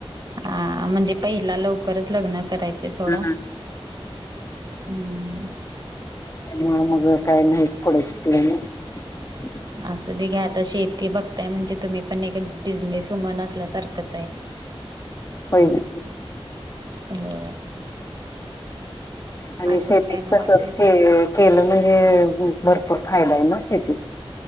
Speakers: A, on the right (about 50°); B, on the left (about 30°).
A: हा म्हणजे पहिला लवकरच लग्न करायचे सोडा.
B: हा
A: हम्म.
B: म मग काय नाही पुढे शिकलो नाही.
A: असु दे घ्या आता शेती बघताय म्हणजे तुम्ही पण एक बिझनेस उमन असल्यासारखंच आहे.
B: होच.
A: होय.
B: आणि
A: अजून
B: शेतीत
A: काय मग
B: तस
A: बाकी?
B: के केलं म्हणजे भरपूर फायदा आहे ना. शेती.